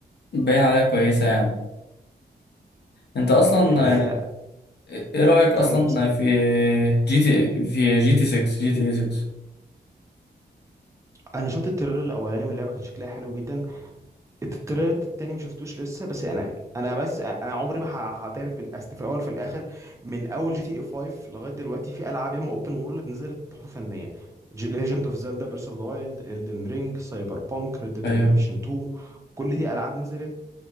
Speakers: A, on the left; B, on the right.
A: باين عليها كويسه يعني انت اصلا
B: آه، هي
A: آه، ايه رايك اصلا
B: كمل اسال
A: في جي تي في جي تي 6 جي تي اي 6
B: انا شفت التريلر الاولاني واللعبه كان شكلها حلو جدا التريلر التاني ما شفتوش لسه بس انا انا بس انا عمري ما ه- هعترف في الاصل في الاول في الاخر من اول جي تي اي 5 لغايه دلوقتي في العاب ياما اوبن وورلد نزلت تحفه فنيه ليجند اوف زيلدا بيرس اوف ذا وايلد الدن رينج سايبر بانك ريد ديد
A: ايوه
B: ريديمشن 2 كل دي العاب نزلت